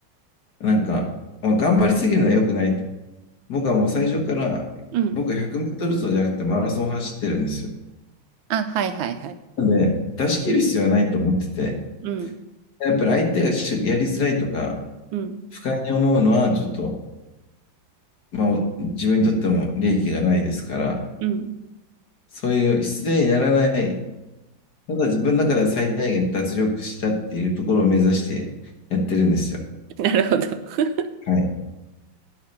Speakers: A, on the left (about 55°); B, on the right (about 75°).
A: なんか、まあ、頑張りすぎるのは良くないと。僕はもう最初から、
B: うん。
A: 僕100メートル走じゃなくてマラソン走ってるんですよ。
B: あ、はいはいはい。
A: なので、出し切る必要はないと思ってて、
B: うん、
A: やっぱり相手がしやりづらいとか、
B: うん、
A: 不快に思うのは、ちょっと、まあ、自分にとっても利益がないですから、
B: うん。
A: そういう失礼にならない、ただ自分の中では最大限脱力したっていうところを目指してやってるんですよ。
B: <laughs> なるほど。<laughs>
A: はい。